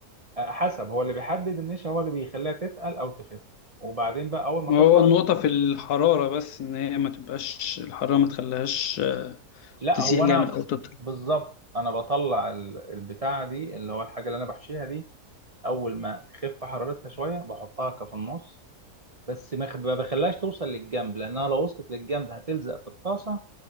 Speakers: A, on the right (about 40°); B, on the left (about 80°).
A: آه، حسب هو اللي بيحدد النشا هو اللي بيخليها تتقل او تخف وبعدين بقى اول ما
B: ما
A: تطلع
B: هو النقطة في الحرارة بس إن هي ما تبقاش الحرارة ما تخليهاش آه،
A: لا
B: تسيح
A: هو
B: جامد
A: انا
B: أو تطرى
A: بالظبط انا بطلع ال- البتاعه دي اللي هو الحاجه اللي انا بحشيها دي اول ما تخف حرارتها شويه بحطها كفي النص بس ما بخ- ما بخليهاش توصل للجنب لانها لو وصلت للجنب هتلزق في الطاسه